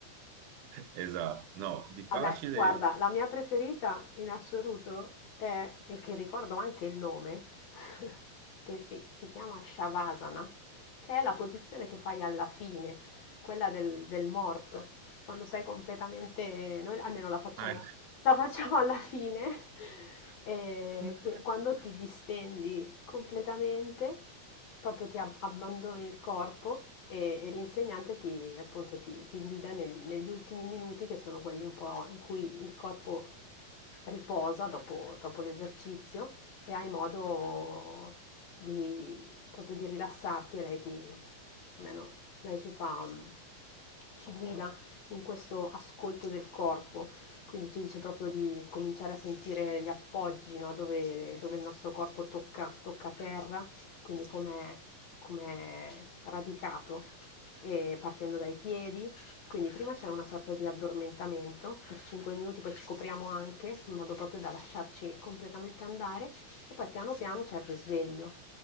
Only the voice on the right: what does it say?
Esatto, no, di facile,
ah, ecco.
<laughs>